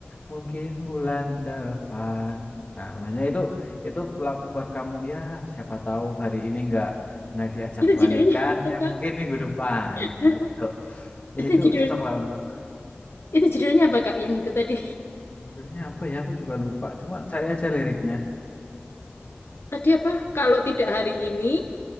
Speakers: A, on the left; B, on the left.
A: mungkin bulan depan. Nah, maksudnya itu itu lagu buat kamu ya. Siapa tahu hari ini nggak nggak diajak
B: Itu
A: balikan
B: judulnya apa,
A: ya
B: Kak?
A: mungkin minggu depan
B: <laughs>
A: gitu. Ya
B: Itu
A: itu
B: judul
A: cocok lah untuk
B: itu judulnya apa, Kak? Yang itu tadi.
A: Judulnya apa ya? Aku juga lupa. Cuma cari aja liriknya.
B: Tadi apa? Kalau tidak hari ini,